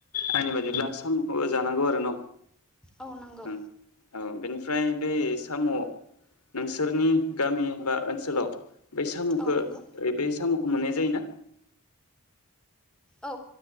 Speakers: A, on the left (about 85°); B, in the centre.
A: आंनि बादिब्ला सामखौबो जानांगौ आरो न'।
B: औ नंगौ
A: हम औ बेनिफ्राय बेै साम' नोंसोरनि गामि बा ओनसोलाव बै सामुखौ
B: औ नंगौ
A: बे बे साम'खौ मोननाय जायोना?
B: औ